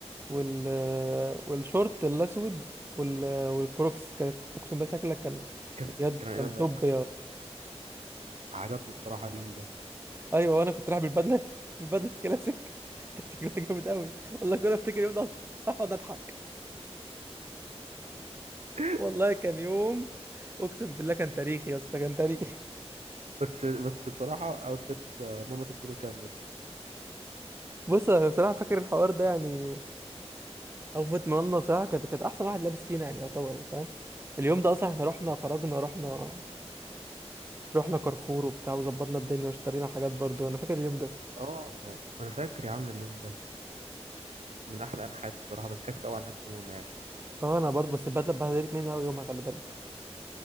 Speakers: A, on the right; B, on the right.
A: وال والشورت الأسود وال... والكروكس كان أقسم بالله شكلك كان
B: كان
A: يد
B: كان
A: كان توب
B: عجبني بصراحه اليوم ده
A: ايوه وانا كنت رايح بالبدله بالبدله الكلاسيك <laughs> كانت شكلها جامد قوي والله كل ما افتكر يوم ده اقعد اضحك
B: <laughs>
A: والله كان يوم اقسم بالله كان تاريخي يا اسطى كان تاريخي
B: بس بس بصراحه اوتفيت منى تديله كام بس
A: بص انا بصراحه فاكر الحوار ده يعني اوفت منا بصراحه كانت كانت احسن واحد لابس فينا يعني يعتبر يعني فاهم اليوم ده اصلا احنا رحنا خرجنا رحنا رحنا كارفور وبتاع وظبطنا الدنيا واشترينا حاجات برضو انا فاكر اليوم ده
B: اه انا فاكر يا عم اليوم ده من احلى ايام حياتي بصراحه بس ضحكت قوي على نفسي منى يعني
A: اه انا برضو بس البدله اتبهدلت مني قوي يومها خلي بالك